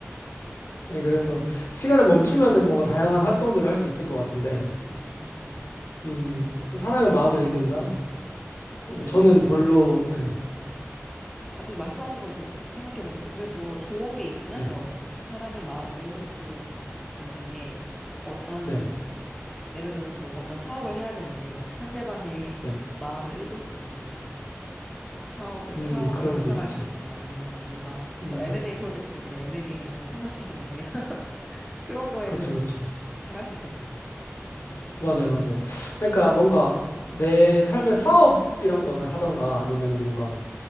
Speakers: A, on the left (about 60°); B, in the centre.
A: 네, 그래서, 시간을 멈추면은 뭔가 다양한 활동들을 할 수 있을 것 같은데,
B: 음,
A: 음,
B: 그러네요.
A: 사람의 마음을 읽는다?
B: 그래도
A: 저는 별로, 네,
B: 음, 아, 지금 말씀하신 거 생각해 보니까 그래도 좋은 게 있긴
A: 네,
B: 하네요. 사람의 마음을 읽을 수 있는 게 어떤
A: 네.
B: 예를 들어서 뭐 어떤 사업을 해야 되는데 그 상대방의
A: 네.
B: 마음을 읽을 수 있으면 사업을
A: 음,
B: 사업을
A: 그런
B: 번창할
A: 게 있지.
B: 수 있거나 아니면은 뭔가
A: 음,
B: 뭐 M&A 프로젝트인데 M&A를 성사시키던지 <laughs> 그런 거에는
A: 그치, 그치.
B: 잘할 수 있겠네요. 음,
A: 맞아요, 맞아요. 그러니까 뭔가 내 삶의 사업 이런 거나 하던가 아니면은 뭔가